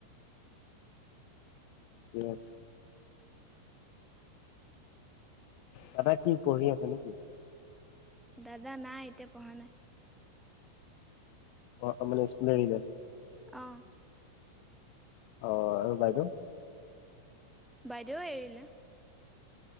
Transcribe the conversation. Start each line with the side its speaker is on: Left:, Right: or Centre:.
Left: ইয়ছ। দাদা কি পঢ়ি আছে নেকি?
Centre: দাদা পঢ়া এতিয়া পঢ়া নাই।
Left: অ' আহ মানে ইস্কুল এৰিলে?
Centre: অ',
Left: অ' আৰু বাইদেউ?
Centre: বাইদেউ এৰিলে।